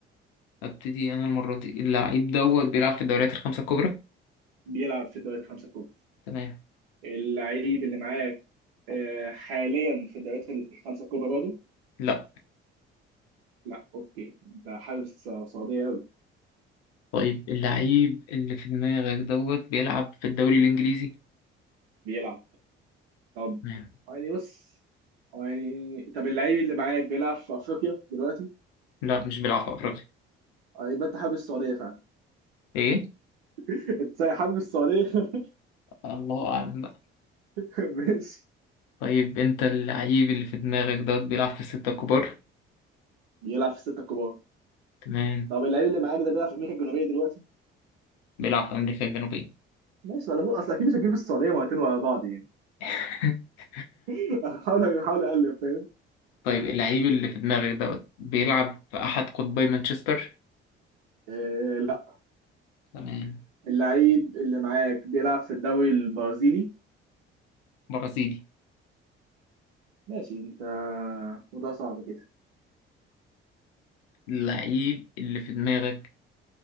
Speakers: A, on the left; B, on the right.
A: ابتدي انا المرة دي اللعيب دوت بيلعب في الدوريات الخمسة الكبرى
B: بيلعب في الدوري الخمسه الكبرى
A: تمام
B: اللعيب اللي معاك آه، حاليا في الدوريات الخمسة الكبرى برضه
A: لا
B: لا اوكي ده حارس سعودي أوي
A: طيب اللعيب اللي في دماغك دوت بيلعب في الدوري الانجليزي
B: بيلعب طب
A: تمام
B: يعني بص يعني طب اللعيب اللي معاك بيلعب في افريقيا دلوقتي
A: لا مش بيلعب في افريقيا
B: آه، يبقى انت حابب السعودية فعلا
A: ايه
B: <laughs> انت حابب السعودية <laughs>
A: الله اعلم بقى
B: ماشي
A: طيب انت اللعيب اللي في دماغك دوت بيلعب في الستة الكبار
B: بيلعب في الستة الكبار
A: تمام
B: طب اللعيب اللي معاك ده بيلعب في امريكا الجنوبية دلوقتي
A: بيلعب في امريكا الجنوبية
B: ماشي ولا بقول اصل اكيد مش هتجيب السعودية مرتين ورا بعض يعني
A: <laughs>
B: <laughs> حاول حاول اقلب فاهم
A: طيب اللعيب اللي في دماغك دوت بيلعب في احد قطبي مانشستر
B: آه، لا
A: تمام
B: اللعيب اللي معاك بيلعب في الدوري البرازيلي
A: برازيلي
B: ماشي انت وده صعب كده
A: اللعيب اللي في دماغك